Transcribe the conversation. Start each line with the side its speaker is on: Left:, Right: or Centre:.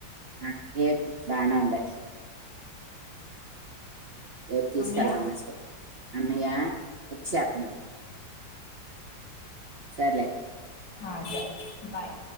Right: అకే బాన ఉంద ేపు తీసుకెళ్తాం
Left: అమ్మయ్య
Right: అన్నయ్య వ అ సరలే
Left: ఆ సర బాయ్